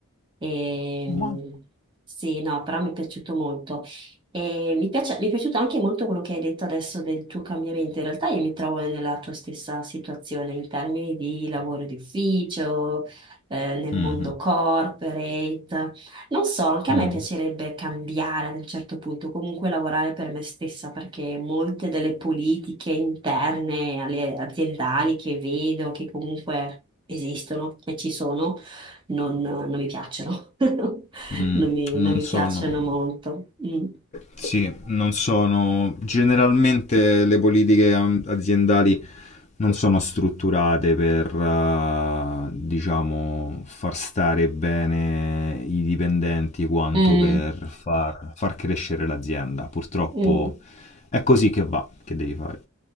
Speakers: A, on the right; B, on the left.
A: E,
B: Ma
A: mh, sì, no, però mi è piaciuto molto. E mi piace- mi è piaciuto anche molto quello che hai detto adesso del tuo cambiamento. In realtà io mi trovo nella tua stessa situazione in termini di lavoro di ufficio, eh, nel
B: Mhm,
A: mondo corporate. Non so, anche a
B: mm,
A: me piacerebbe cambiare ad un certo punto, comunque lavorare per me stessa, perché molte delle politiche interne, alle aziendali che vedo, che comunque esistono e ci sono, non, non mi piacciono. <laughs>
B: mm.
A: Non mi,
B: non
A: non mi
B: sono...
A: piacciono molto. Mm.
B: Sì, non sono generalmente le politiche am- aziendali non sono strutturate per, eh, diciamo, far stare bene i dipendenti quanto
A: Mm.
B: per far, far crescere l'azienda. Purtroppo
A: Mm,
B: è così che va, che devi fare.